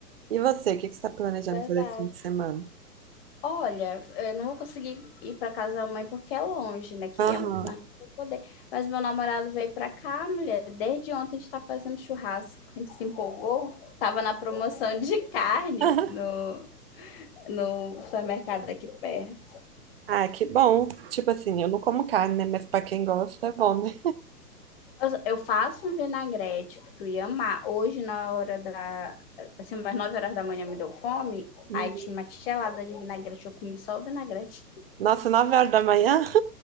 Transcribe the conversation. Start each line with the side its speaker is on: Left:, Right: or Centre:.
Right: E você, o que que você tá planejando
Left: Verdade.
Right: fazer esse fim de semana?
Left: Olha, eu não vou conseguir ir pra casa da mãe porque é longe, né? Queria
Right: Aham.
Left: muito mais não poder. Mas meu namorado veio pra cá, mulher. Desde ontem a gente tá fazendo churrasco. A gente se empolgou. Tava na promoção de carne
Right: <laughs>
Left: no, no supermercado daqui perto.
Right: Ah, que bom. Tipo assim, eu não como carne, né? Mas pra quem gosta é bom, né?
Left: Eu eu faço um vinagrete que tu ia amar. Hoje, na hora da. Assim, umas 9 horas da manhã me deu fome.
Right: Uhum.
Left: Aí tinha uma tigelada de vinagrete. Eu comi só o vinagrete.
Right: Nossa, nove horas da manhã? <laughs>